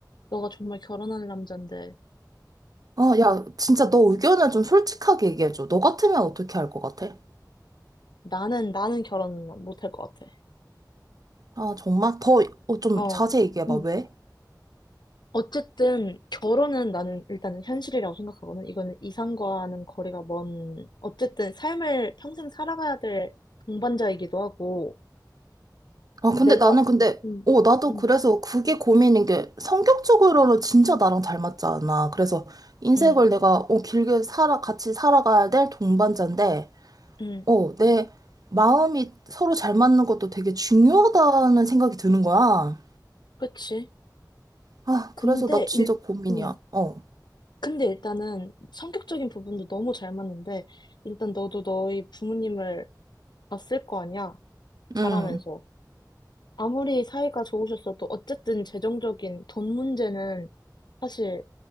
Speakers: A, on the left (about 75°); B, on the right (about 60°).
A: 너가 정말 결혼할 남잔데,
B: 아, 야, 진짜 너 의견을 좀 솔직하게 얘기해줘. 너 같으면 어떻게 할 것 같아?
A: 나는, 나는 결혼 못할 것 같아.
B: 아, 정말? 더, 어, 좀
A: 어.
B: 자세히 얘기해봐,
A: 음.
B: 왜?
A: 어쨌든, 결혼은 나는 일단은 현실이라고 생각하거든. 이거는 이상과는 거리가 먼, 어쨌든 삶을 평생 살아가야 될 동반자이기도 하고,
B: 아, 근데
A: 내가,
B: 나는 근데,
A: 음,
B: 어, 나도
A: 음,
B: 그래서 그게 고민인 게 성격적으로는 진짜 나랑 잘 맞지 않아. 그래서 인생을
A: 음,
B: 내가, 어, 길게 살아, 같이 살아가야 될 동반자인데,
A: 음,
B: 어, 내 마음이 서로 잘 맞는 것도 되게 중요하다는 생각이 드는 거야.
A: 그치.
B: 아,
A: 근데
B: 그래서 나 진짜
A: 일,
B: 고민이야.
A: 음,
B: 어,
A: 근데 일단은 성격적인 부분도 너무 잘 맞는데, 일단 너도 너희 부모님을 봤을 거 아니야? 자라면서.
B: 응,
A: 아무리 사이가 좋으셨어도 어쨌든 재정적인 돈 문제는 사실